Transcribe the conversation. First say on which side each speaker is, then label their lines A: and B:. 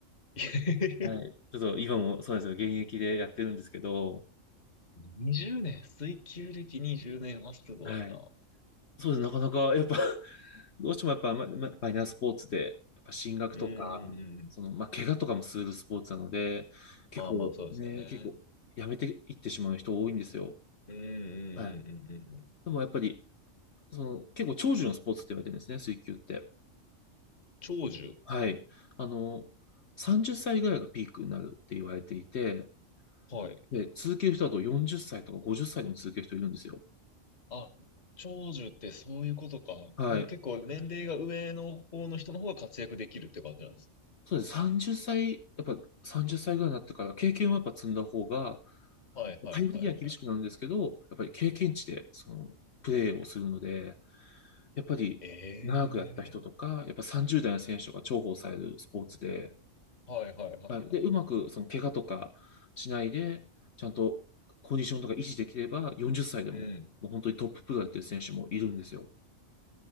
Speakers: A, on the left (about 35°); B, on the left (about 60°).
A: <laughs>
B: はい。ちょっと今もそうなんですよ。現役でやってるんですけど、
A: 20年、水球歴20年はすごいな。
B: はい。そうですね。なかなか、やっぱ <laughs> どうしてもやっぱ、ま、まマイナースポーツで、やっぱ進学とか、
A: うんうんうん。
B: その、まあ、怪我とかもするスポーツなので、結構ね、
A: まあまあ、そうですよね。
B: 結構、やめていってしまう人多いんですよ。
A: うんうんうんうんうんうん。
B: はい。でもやっぱり、その、結構長寿のスポーツって言われてるんですね、水球って。
A: 長寿
B: はい。あの、30歳ぐらいがピークになるって言われていて、
A: はい。
B: で、続ける人だと40歳とか50歳でも続ける人いるんですよ。
A: あ、長寿ってそういうことか。
B: はい。
A: なんか結構年齢が上の方の人の方が活躍できるって感じなんです。
B: そうです。30歳、やっぱ30歳ぐらいになってから経験はやっぱ積んだ方が、
A: はいはいはいはい。
B: 対応的には厳しくなるんですけど、やっぱり経験値でそのプレーをするので、やっぱり長くやった人とか、
A: ええ
B: やっぱ30代の選手とか重宝されるスポーツで、
A: ーはいはいはいはい。
B: はい。で、うまくその怪我とかしないで、ちゃんとコンディションとか維持できれば、40歳でも、
A: うん。
B: もう本当にトッププロやってる選手もいるんですよ。